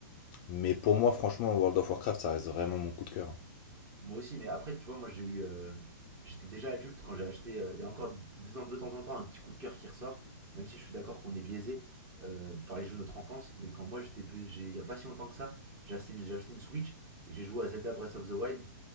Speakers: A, on the left; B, on the right.
A: Mais pour moi, franchement, World of Warcraft, ça reste vraiment mon coup de cœur. hein.
B: Moi aussi, mais après, tu vois, moi j'ai eu. euh, J'étais déjà adulte quand j'ai acheté. euh, Il y a encore de temps de temps en temps un petit coup de cœur qui ressort, même si je suis d'accord qu'on est biaisé euh, par les jeux de notre enfance. Mais quand moi j'étais. pe- j'ai- Il n'y a pas si longtemps que ça, j'ai acheté, une- j'ai acheté une Switch et j'ai joué à Zelda Breath of the Wild